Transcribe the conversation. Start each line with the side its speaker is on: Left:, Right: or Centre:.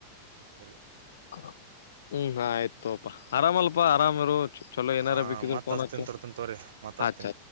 Right: ಅದ್ರಿ
Left: ಹ್ಮ್ ಹಾ ಆಯ್ತು. ತೋಪಾ ಆರಾಮಲ್ಪಾ ಆರಾಮರು. ಚಲೋ ಏನಾರ
Right: ಹಾ
Left: ಬೇಕಿದ್ರ
Right: ಮತ್
Left: ಫೋನ್
Right: ಹಸ್ತೀನಿ
Left: ಹಚ್ಚು
Right: ತರ್ತನ್ ತೋರಿ ಮಾತ್ಸ್ತೀನಿ.
Left: ಹಚ್ಚ ಹಚ್ಚ.